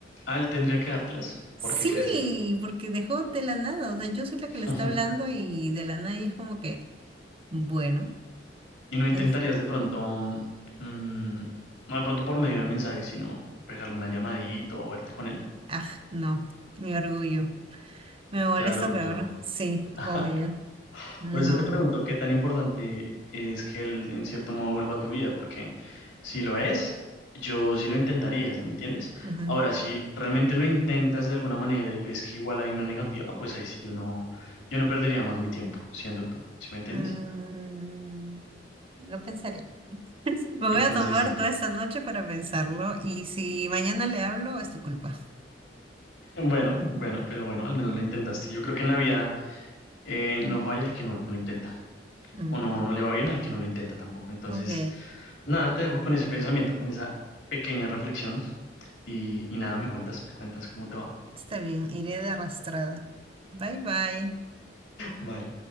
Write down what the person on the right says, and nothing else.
Sí,
porque dejó de la nada, o sea, yo soy la
que le está hablando y de la nada y es como que, bueno,
es,
ah, no, mi orgullo. Me molesta
peor, sí,
obvio, no.
ujú.
Mm, lo pensaré. <laughs> Me voy
a tomar
toda esta noche para pensarlo y si mañana le hablo, es tu culpa.
Mm,
ok,
está bien, iré de arrastrada. Bye bye.